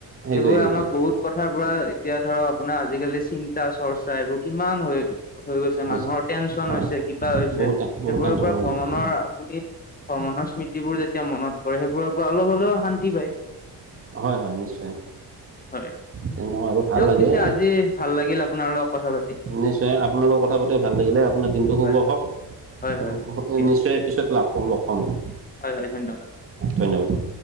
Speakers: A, on the right; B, on the left.
A: সেইটোৱে
B: সেইবোৰে
A: সেইটোৱে
B: আমাক বহুত। কথাৰ পৰা এতিয়া ধৰক আপোনাৰ আজিকালি চিন্তা চৰ্চা এইবোৰ কিমান হয়। হৈ গৈছে
A: হৈছে
B: মানুহৰ টেনচন
A: হয়
B: হৈছে কিবা হৈছে
A: বহুত
B: সেইবোৰৰ।
A: বহুত টেনশ্যন
B: পৰা
A: হৈ
B: ভ্ৰমণৰ
A: গৈছে
B: আপুনি ভ্ৰমণৰ স্মৃতিবোৰ যেতিয়া মনত কৰে, সেইবোৰৰ পৰা অলপ হলেও শান্তি পায়।
A: হয়- হয় নিশ্চয়
B: হয়
A: তেনেকুৱা আৰু ভাল
B: দিয়ক
A: লাগে।
B: পিছে আজি ভাল লাগিল আপোনাৰ লগত কথা পাতি
A: নিশ্চয় আপোনালোকৰ কথা পাতি ভাল লাগিলে আপোনাৰ দিনটো শুভ
B: হয়
A: হওক।
B: হয়
A: আম্ভ-
B: হয় দিয়ক
A: নিশ্চয় পিছত লাগ পম লগ পাম আৰু
B: হয় হয় ধন্যবাদ
A: ধন্যবাদ।